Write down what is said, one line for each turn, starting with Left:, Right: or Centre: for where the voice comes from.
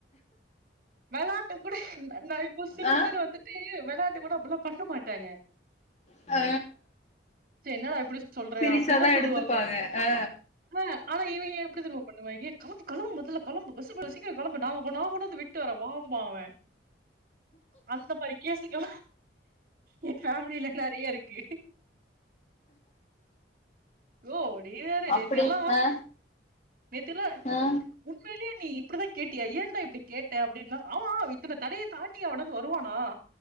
Right: வெளாட்டு கூட நா இப்போ சில
Left: ஆ
Right: பேரு வந்துட்டு வெளாட்டு கூட அப்பல்லா பண்ண மாட்டாங்க <inaudible>
Left: ஆ
Right: சரி என்னடா இப்டி சொல்ற
Left: சீரியஸாதா
Right: அப்படித்தா சொல்லுவாங்க
Left: எடுத்துப்பாங்க ஆ
Right: ஆ ஆனா இவங்க எப்டி தெரிமா பண்ணுவாங்க களம்பு களம்பு மொதல்ல களம்பு சீக்கர சீக்கிர கெளம்பு நா நா கொன்னாந்து விட்டுவரே வாம்பாவ அந்த மாரி கேசக்க ஏ ஃபேமிலில நெறைய இருக்கு யோ ஒடிேயேறு
Left: அப்டி
Right: நேத்ததி எல்லா
Left: ஆ
Right: நேத்தில்லா
Left: ஆ
Right: உண்மைலே நீ இப்படிதா கேட்டியா ஏன்டா இப்டி கேட்ட அப்படின்னா ஆமா இத்தன தடைய தாண்டியா எவனாது வருவானா